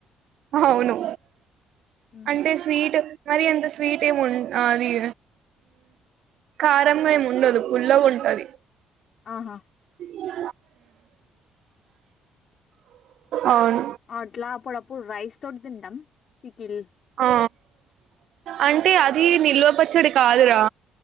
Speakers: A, on the right; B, on the left.
A: అవును
B: హుహు.
A: అంటే స్వీట్ మరి అంత స్వీటేం ఉన్ అది కారంగా ఏమి ఉండదు పుల్లగ్ ఉంటది
B: ఆహా
A: ఉమ్ అవును
B: అట్లా అప్పుడప్పుడు రైస్ తోటి తింటాం పికిల్
A: ఆ అంటే అది నిల్వపచ్చడి కాదురా